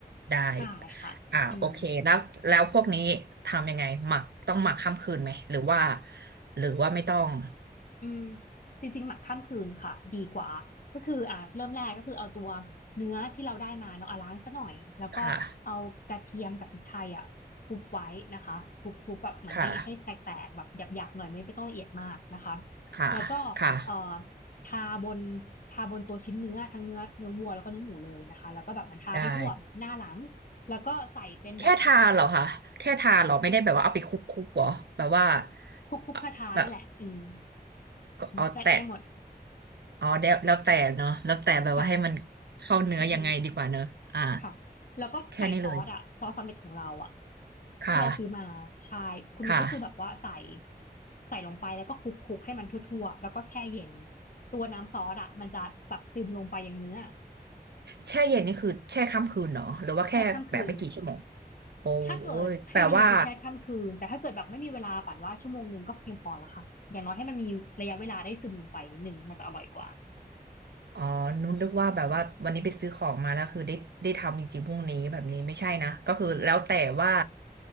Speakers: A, on the right; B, on the left.
A: ได้
B: ใช่ค่ะอืม
A: อ่าโอเคแล้วแล้วพวกนี้ทำยังไงหมักต้องหมักข้ามคืนไหมหรือว่าหรือว่าไม่ต้อง
B: อืมจริงๆหมักข้ามคืนค่ะดีกว่าก็คืออ่าเริ่มแรกก็คือเอาตัวเนื้อที่เราได้มาเนาะอ่ะล้างซะหน่อยแล้วก็เอากระเทียมกับพริกไทยอ่ะทุบไว้นะคะทุบทุบแบบเหมือนให้ให้แตกๆแบบหยาบๆหน่อยไม่ไม่ต้องละเอียดมากนะคะ
A: ค่ะค่ะค่ะ
B: แล้วก็เอ่อ
A: ค่ะ
B: ทาบนทาบนตัวชิ้นเนื้อทั้งเนื้อเนื้อวัวแล้วก็เนื้อหมูเลยนะคะแล้วก็แบบเหมอนทาให้ทั่วแบบหน้าหลัง
A: ได้
B: แล้วก็ใส่เป็นแบบ
A: แค่ทาเหรอคะแค่ทาเหรอไม่ได้แบบว่าเอาไปคลุกๆเหรอแบบว่า
B: คลุกๆทาๆนั่นแหละอืม
A: เอ่อแบบ ก็เอาแต่
B: ได้ได้หมด
A: อ๋อแล้วแล้วแต่เนาะแล้วแต่แบบว่าให้มันเข้าเนื้อยังไงดีกว่าเนอะอ่า
B: ค่ะอือฮึ ค่ะแล้วก็ใส่ซอสอะซอสสำเร็จของเราอะ
A: แค่นี้เลยค่ะ
B: ที่เราซื้อมาใช่คุณนุกก็คือแบบว่าใส่
A: ค่ะ
B: ใส่ลงไปแล้วก็คลุกคลุกให้มันทั่วๆแล้วก็แช่เย็นตัวน้ำซอสอะมันจะแบบซึมลงไปอย่างเนื้อ
A: แช่เย็นนี่คือแช่ค่ำคืนเนาะหรือว่าแค่แบบไม่กี่ชั่วโมง
B: แช่ข้ามคืน
A: โอ้
B: ถ้าเกิดให้ดีคือแช่ข้ามคืนแต่ถ้าเกิดแบบไม่มีเวลาปั่นว่าชั่วโมงหนึ่งก็เพียงพอแล้วค่ะอย่างน้อยให้มันมีระยะเวลาได้ซึมลงไปนิดนึงมันจะอร่อยกว่า
A: ยแปลว่า อ๋อนุนึกว่าแบบว่าวันนี้ไปซื้อของมาแล้วคือได้ได้ทำจริงๆพรุ่งนี้แบบนี้ไม่ใช่นะก็คือแล้วแต่ว่า